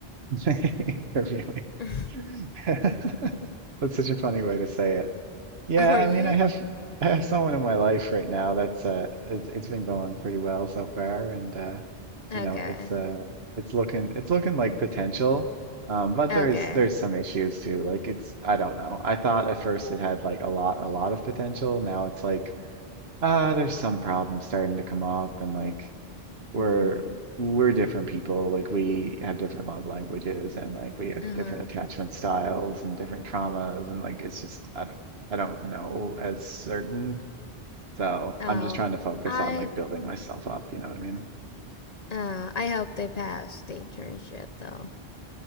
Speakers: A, on the right; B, on the left.
A: <laughs> interviewing.
B: <laughs>
A: <laughs> That's such a funny way to say it. Yeah,
B: Are
A: I
B: you?
A: mean, I have <laughs> I have someone in my life right now that's uh it's it's been going pretty well so far and uh you
B: Okay.
A: know, it's uh it's looking it's looking like potential. Um but
B: Okay.
A: there's there's some issues too. Like it's I don't know. I thought at first it had like a lot a lot of potential. Now it's like ah there's some problems starting to come up and like we're
B: Mm-hmm.
A: we're different people like we have different love languages and like we have
B: Uh-huh.
A: different attachment styles and different traumas and like it's just I don't I don't know as certain so
B: Oh,
A: I'm just trying to focus
B: I
A: on like building myself up you know what I mean
B: uh I hope they pass the internship though.